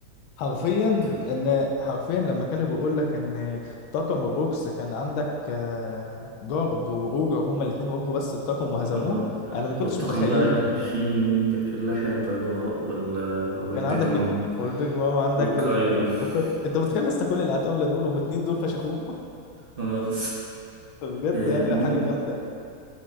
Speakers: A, on the left; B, on the right.
A: حرفيا
B: كان
A: ان حرفيا لما كانوا بيقول لك ان طاقم الروكس كان عندك آه، جارب وروجر هما الاثنين واجهوا بس الطاقم وهزموه
B: اه
A: انا ما كنتش
B: والطاقم
A: متخيلها
B: بقى كان فيه مين كان فيه اللحية البيضاء وال والبيج
A: كان عندك
B: مام
A: ال... والبيج ماما عندك
B: وكايدو
A: ال...
B: <laughs>
A: أوكي. انت متخيل لسه كل العتاوله دول واتنين دول فشخوهم
B: اه
A: <laughs> بجد
B: آه،
A: يعني
B: مين
A: حاجه جامده